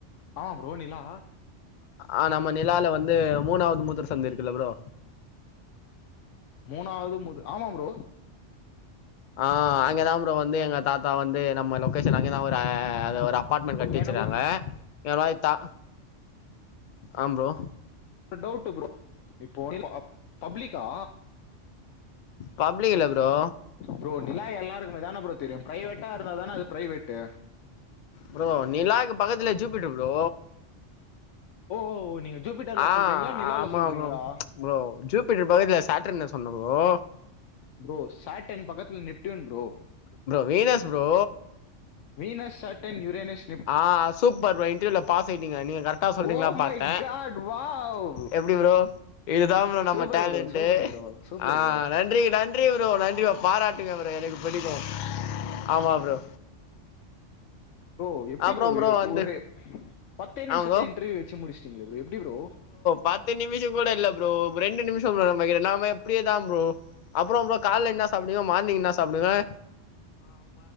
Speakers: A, on the left (about 80°); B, on the left (about 55°).
A: ஆமா ப்ரோ நிலா
B: ஆ நம்ம நிலால வந்து மூணாவது மூத்ர சந்து இருக்குல்ல ப்ரோ
A: மூணாவது மூத் ஆமா ப்ரோ
B: ஆஹ் அங்கதா ப்ரோ வந்து எங்க தாத்தா வந்து நம்ம லொகேஷன் அங்கதான் ஒரு <unintelligible> அது ஒரு அப்பார்ட்மெண்ட் கட்டி வச்சிறாங்க
A: எனக்கு
B: எவாய்தா ஆஹ்ன் ப்ரோ
A: ஒரு டவுட் ப்ரோ இப்போ பப்ளிக்கா
B: பப்ளிக் இல்ல ப்ரோ
A: ப்ரோ நிலா எல்லாருக்குமே தானே ப்ரோ தெரியு பிரைவேட்டா இருந்தா தானே அது பிரைவேட்டு
B: ப்ரோ நீலாக் பக்கத்துலே ஜூப்ட்டு ப்ரோ
A: ஓ ஓ நீங்க ஜூபிட்டர்ல
B: ஆ
A: சொல்றீங்களா நிலாலல
B: ஆமா
A: சொல்றீங்களா
B: ப்ரோ ப்ரோ ஜூபிட்டர் பகுதில சேட்டர்னஸ் உண்டு ப்ரோ
A: ப்ரோ சாட்டன் பக்கத்துல Neptune bro
B: bro Venus bro
A: Venus Saturn Uranus
B: ஆ சூப்பர் ப்ரோ இன்ரியூல பாஸ் ஆய்ட்டீங்க நீங்க கரெக்ட் டா சொல்லிட்டிங்களா
A: ஓ
B: பாத்தே
A: மை காட் வாவ்
B: எப்டி ப்ரோ இதுதா ப்ரோ நம்ம
A: super
B: talent
A: bro super bro super
B: ஆஹ்ன்
A: bro
B: நன்றி நன் றி ப்ரோ நன்றி ப்ரோ பாராட்டுங்க ப்ரோ எனக்கு பிடிக்கு ஆமா ப்ரோ
A: ப்ரோ எப்டி
B: அப்றோ
A: ப்ரோ
B: வந்து
A: ஒரு பத்தே நிமிஷத்துல
B: ஆ ப்ரோ
A: இன்ட்ரியூ வச் சி முடிச்சிட்டேங்ளே எப்டி ப்ரோ
B: பத்து நிமிஷோ கூட இல்ல ப்ரோ ரெண்டு நிமிஷோ ப்ரோ நமக் எல்லாமே அப்படியேதா ப்ரோ அப்புறோ கால என்ன சாப்டியு மார்னிங் என்ன சாப்டுவே